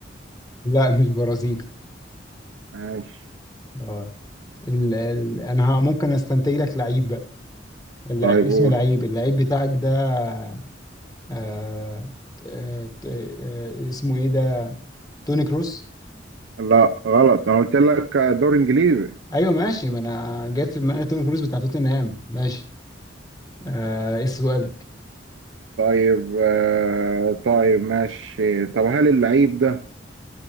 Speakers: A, on the left; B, on the right.
A: لا مش برازيلي
B: ماشي
A: اه ال ال انا ه- ممكن استنتج لك لعيب بقى اللع-
B: طيب قول
A: اسم لعيب اللعيب بتاعك ده آه آه آه آه اسمه ايه ده توني كروس
B: لا غلط انا قلت لك دور انجليزي
A: ايوه ماشي ما انا جت في دماغي توم كروز بتاع توتنهام ماشي آه ايه سؤالك
B: طيب آه، طيب ماشي طب هل اللعيب ده